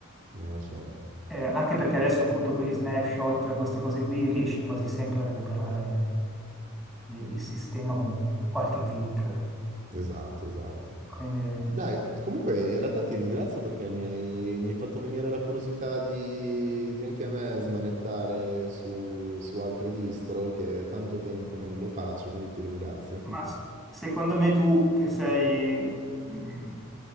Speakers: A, on the right; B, in the centre.
A: No, certo.
B: Eh, anche perché adesso appunto con gli snapshot, queste cose qui, riesci quasi sempre a recuperare i- il sistema con qualche click.
A: Esatto, esatto.
B: Quindi...
A: Dai, comunque in realtà ti ringrazio perché mi hai, mi hai fatto venire la curiosità di, di anche a me smanettare su, su altre distro, che è tanto tempo che non lo faccio, quindi ti ringrazio.
B: Ma
A: <laughs>
B: s- secondo me tu che sei mm,